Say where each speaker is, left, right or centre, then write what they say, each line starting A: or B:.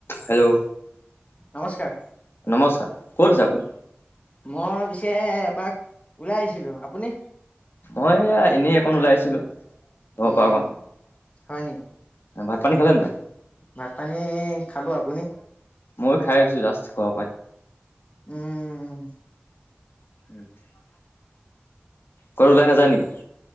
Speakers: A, on the left; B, on the left.
A: Hello
B: নমস্কাৰ।
A: নমস্কাৰ। ক'ত আছে আপুনি?
B: মই পিছে এপাক ওলাই আহিছিলোঁ। আপুনি?
A: অ', এয়া এনে অকন ওলাইছিলোঁ ঘ
B: উম
A: পা অকন
B: হয় নেকি
A: হা ভাত পানী খালে নাই?
B: ভাত পানী খালোঁ। আপুনি?
A: ময়ো খাই উঠিছোঁ জাষ্ট ঘ পাই।
B: উম
A: <unintelligible> ক'ত ওলাই নাযায় নিকি?